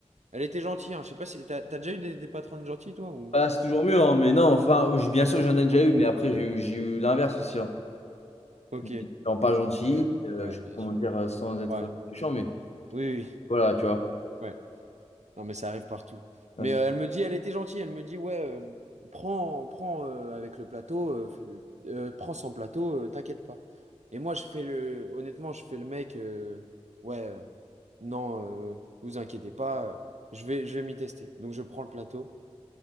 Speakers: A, on the right; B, on the left.
A: elle était gentille, hein. Je sais pas si t'as t'as déjà eu des, des patronnes gentilles, toi, ou...
B: Bah, c'est toujours mieux, hein, mais non, enfin, j'ai- bien sûr, j'en ai déjà eu, mais après, j'ai eu, j'ai eu l'inverse aussi. Hein.
A: Ok.
B: Des gens pas gentils,
A: Ouais,
B: euh,
A: ouais,
B: je sais
A: bien
B: pas comment
A: sûr.
B: dire euh, sans être
A: Ouais.
B: méchant, mais
A: Oui, oui.
B: voilà, tu vois.
A: oui. Ouais. Non, mais ça arrive partout.
B: Ah,
A: Mais
B: c'est-
A: euh, elle me dit, elle était gentille. Elle me dit, ouais, euh, prends, prends euh, avec le plateau, euh, f- euh, prends sans plateau, euh, t'inquiète pas. Et moi, je fais le, honnêtement, je fais le mec, euh, ouais, euh, non, euh, vous inquiétez pas, euh, je vais, je vais m'y tester. Donc, je prends le plateau.